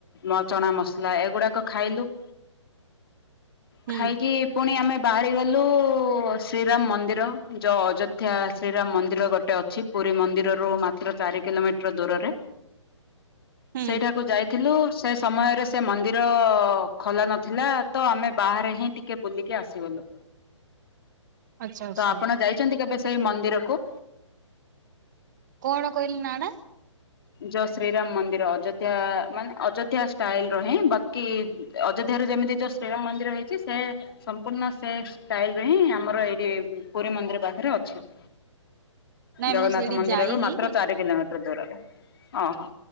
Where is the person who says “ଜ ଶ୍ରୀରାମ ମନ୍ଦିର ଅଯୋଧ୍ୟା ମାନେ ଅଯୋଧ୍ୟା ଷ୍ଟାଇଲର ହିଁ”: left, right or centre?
Left